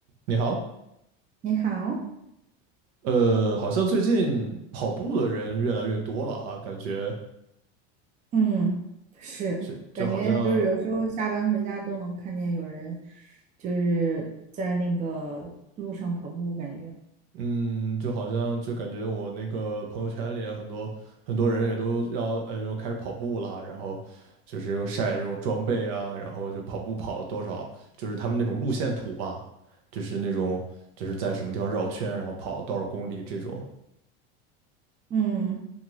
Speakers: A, on the right; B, on the right.
A: 你好，
B: 你好，
A: 呃，好像最近跑步的人越来越多了哈，感觉
B: 嗯，是，
A: 就就好像，
B: 感觉就是有时候下班回家都能看见有人就是在那个路上跑步，感觉，
A: 嗯，就好像就感觉我那个朋友圈里啊很多很多人也都要，呃，又开始跑步啦，然后就是又晒这种装备啊，然后就跑步跑了多少，就是他们那种路线图嘛，就是那种就是在什么地方绕圈，然后跑了多少公里这种，
B: 嗯，